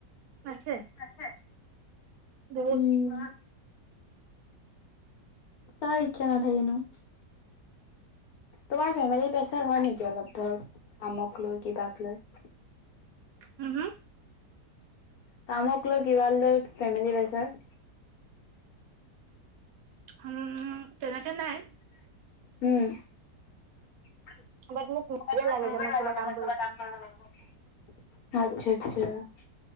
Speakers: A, on the right (about 65°); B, on the left (about 60°).
A: আছে।
B: আছে,
A: বহুত
B: উম। ঘৰত। কাৰ ইচ্ছা নাথাকেনো। তোমাৰ ফেমিলি প্ৰেছাৰ হয় নেকি অলপ ধৰ কামক লৈ কিবাক লৈ।
A: উম হুম।
B: কামক লৈ কিবা লৈ ফেমেলি পেচাৰ।
A: উম হুম তেনেকে নাই।
B: উম। <unintelligible> কিবা
A: বাট
B: কাম
A: মোক নিজে লাগে
B: কৰিব
A: যে মই কিবা কাম
B: লাগিব নেকি? আচ্ছা। আচ্ছা।